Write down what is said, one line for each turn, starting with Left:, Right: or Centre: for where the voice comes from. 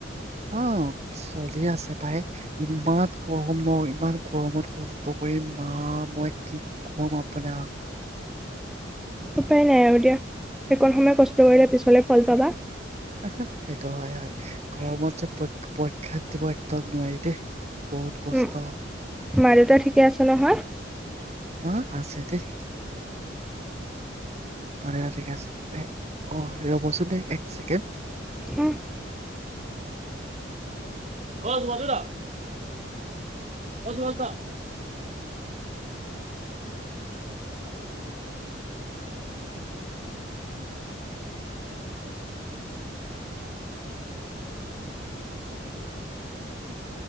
Right: অ, ' চলি আছে পাই ইমান গৰম ন ইমান গৰমত কষ্ট কৰিম মা মই কি কম আপোনাক।
Centre: উপায় নাই আৰু দিয়া। এইকণ সময়ে কষ্ট কৰিলে পিছলৈ ফল পাবা
Right: সেইটো হয় হয় গৰমত যে পৰীক্ষা দিব একদম নোৱাৰি দেই বহুত কষ্টহয়।
Centre: উম মা দেউতা ঠিকে আছে নহয়?
Right: অহ, আছে দেই। পাৰে ঠিকে আছে অ', ৰ'বচোন দে এক ছেকেণ্ড।
Centre: হা?
Right: অ', মাধুৰা। অ', সুভাষ দা।